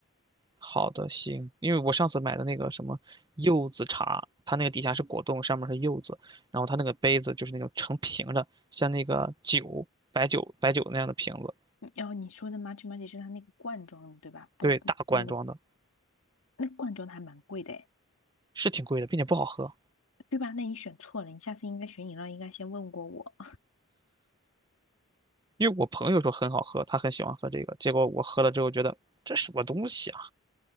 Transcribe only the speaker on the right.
好的，行，因为我上次买的那个什么柚子茶，它那个底下是果冻，上面是柚子，然后它那个杯子就是那种成瓶的，像那个酒白酒白酒那样的瓶子，
对，大罐装的。
是挺贵的，并且不好喝。
因为我朋友说很好喝，他很喜欢喝这个，结果我喝了之后觉得这什么东西啊？